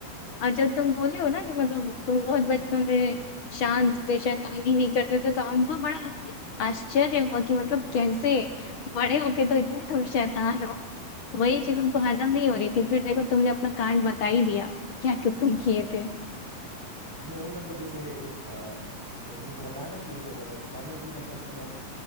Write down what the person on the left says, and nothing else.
और जब तुम बोले हो ना कि मतलब तुम बहुत बचपन में शांत थे शैतानी नहीं करते थे तो हमको बड़ा आश्चर्य हुआ कि मतलब कैसे बड़े होके तो इतने तुम शैतान हो वही चीज हमको हजम नहीं हो रही थी फिर देखो तुमने अपना कांड बता ही दिया क्या क्या तुम किए थे